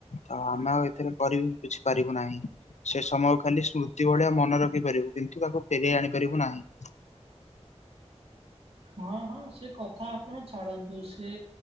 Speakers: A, on the left; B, on the right.
A: ତ ଆମେ ଆଉ ଏଥିରେ କରିବୁ କିଛି ପାରିବୁ ନାହିଁ। ସେ ସମୟକୁ ଖାଲି ସ୍ମୃତି ଭଳିଆ ମନେ ରଖିପାରିବୁ କିନ୍ତୁ ତାକୁ ଫେରେଇ ଆଣିପାରିବୁ ନାହିଁ।
B: ହଁ ହଁ ସେ କଥା ଆପଣ ଛାଡ଼ନ୍ତୁ ସେ